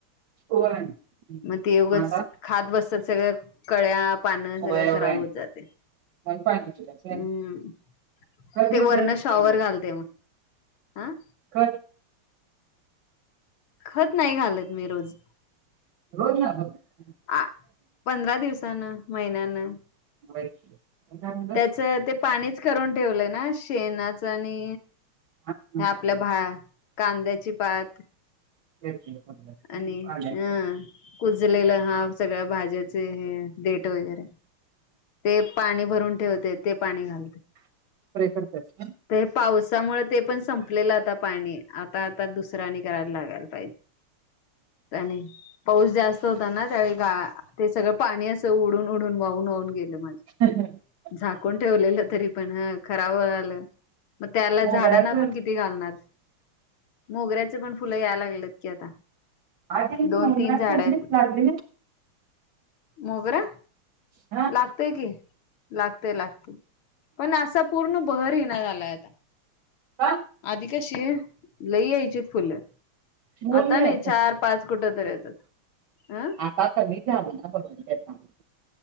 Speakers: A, on the right; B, on the left.
A: <unintelligible>
B: मग ते उगंच
A: आता
B: खात बसतात सगळं, कळ्या, पानं
A: होय
B: सगळं
A: होय
B: खराब होत जाते.
A: म्हणून पाणी घालत्यास व्हय
B: हं.
A: खत
B: ते
A: बीत
B: वरन
A: घालतीस
B: शॉवर
A: का नाहीस?
B: घालते मग. अं?
A: खत?
B: खत नाही घालत मी रोज.
A: रोज नही घालत ते.
B: आ पंधरा दिवसान, महिन्यानं.
A: होय की मग काय म्हणलास
B: त्याच ते पाणीच करून ठेवलंय ना शेणाच आणि
A: हा तेच
B: ह आपल्या भा कांद्याची पात.
A: <unintelligible>
B: आणि
A: आल्याचं.
B: ह कुजलेलं हां सगळ्या भाज्याचे हे. देट वगैरे ते पाणी भरून ठेवते ते पाणी घालते.
A: प्रे करतेस.
B: ते पावसामुळे ते पण संपलेलं आता पाणी आता आता दुसऱ्यानी करायला लागायला पाहिजे. नाही पाऊस जास्त होता ना त्यावेळी ते सगळं पाणी अस उडून म्हणून वाहून वाहून गेले माझे.
A: हा हा
B: झाकून ठेवलेलं तरी पण हं खराब <unintelligible> मग त्याला झाडांना
A: मोगऱ्याच
B: पण किती. घालणार. मोगऱ्याचे पण फुलं याय लागलेत की आता.
A: <unintelligible>
B: दोन तीन झाड आहेत मोगरा
A: हा
B: लागतय की लागतय लागतय. पण असा पूर्ण बहर येईना झालाय आता.
A: हां
B: आधी कशे लई यायची फुलं.
A: बोल
B: आता
A: ना.
B: नाही चार पाच कुठं तरी येतात हं.
A: काका <unintelligible>